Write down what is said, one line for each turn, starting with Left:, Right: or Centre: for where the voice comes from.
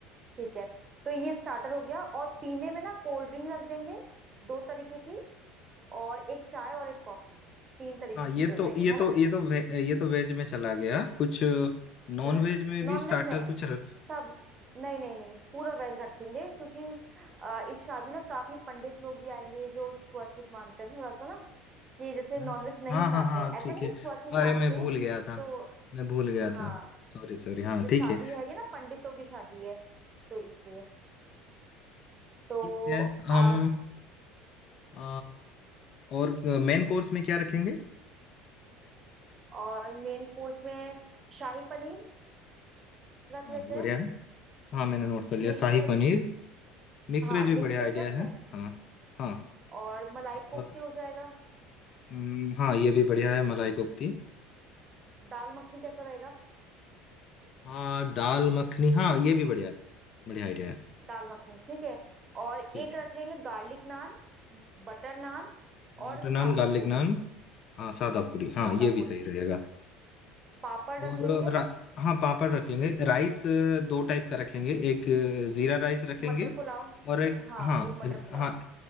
Right: ठीक है तो ये स्टार्टर हो गया और पीने में ना कोल्ड ड्रिंक रख देंगे दो तरीके की और एक चाय और एक कॉफी तीन तरीके
Left: हाँ
Right: की
Left: ये
Right: चीजें हो
Left: तो
Right: जाएंगी
Left: ये
Right: है
Left: तो
Right: ना
Left: ये तो वे, ये तो वेज में चला गया कुछ नॉन
Right: चलो
Left: वेज में भी
Right: नॉनवेज
Left: स्टार्टर
Right: नहीं
Left: कुछ रख
Right: सब नहीं नहीं नहीं पूरा वेज रखेंगे क्योंकि अ, इस शादी ना काफी पंडित लोग भी आएंगे जो छुआछूत मानते हैं थोड़ा सा ना कि जैसे
Left: हाँ
Right: नॉनवेज नहीं
Left: हाँ हाँ
Right: खाते
Left: हाँ,
Right: हैं ऐसा
Left: ठीक
Right: नहीं
Left: है
Right: कि छुआछूत मानते
Left: अरे मैं भूल
Right: हैं
Left: गया था
Right: तो
Left: मैं भूल गया था
Right: हाँ
Left: सॉरी सॉरी हाँ
Right: जो
Left: ठीक
Right: शादी
Left: है
Right: है ये ना पंडितों की शादी है तो इसलिए तो
Left: ठीक है हम
Right: आप
Left: अ, और मेन कोर्स में क्या रखेंगे
Right: और मेन कोर्स में शाही पनीर रख
Left: हाँ
Right: लेते
Left: बढ़िया
Right: हैं
Left: है हाँ मैंने नोट कर लिया
Right: Mix
Left: शाही
Right: veg
Left: पनीर मिक्स
Right: हाँ
Left: वेज
Right: मिक्स
Left: भी बढ़िया
Right: वेज
Left: आइडिया
Right: रख लें
Left: है हाँ हाँ
Right: और मलाई
Left: और
Right: कोफ्ते हो जाएगा
Left: हम्म, हाँ ये भी बढ़िया है मलाई कोफ्ती
Right: दाल मखनी कैसा रहेगा
Left: हाँ दाल मखनी हाँ ये भी बढ़िया है बढ़िया आइडिया है
Right: दाल मखनी ठीक है और एक
Left: ठीक
Right: रख
Left: है
Right: लेंगे गार्लिक नान बटर नान और
Left: बटर
Right: सादा
Left: नान गार्लिक
Right: पूरी
Left: नान हाँ सादा पूरी हाँ
Right: सादा
Left: ये
Right: पूरी
Left: भी सही रहेगा
Right: पापड़ रख
Left: और
Right: लेंगे
Left: रा, हाँ पापड़ रख लेंगे राइस अ, दो टाइप का रखेंगे एक अ, जीरा राइस रखेंगे
Right: मटर पुलाव
Left: और एक
Right: हाँ
Left: हाँ
Right: एक
Left: अ,
Right: मटर पुलाव
Left: हाँ